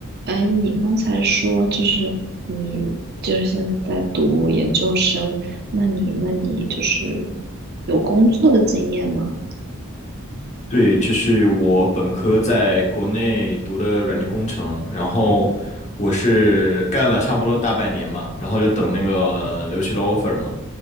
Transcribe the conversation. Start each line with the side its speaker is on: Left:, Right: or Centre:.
Right: 哎，你刚才说就是你就是现在在读研究生，那你那你就是有工作的经验吗？
Left: 对，就是我本科在国内读的软件工程，然后我是干了差不多大半年嘛，
Right: 嗯，
Left: 然后就等那个留学的 offer 嘛。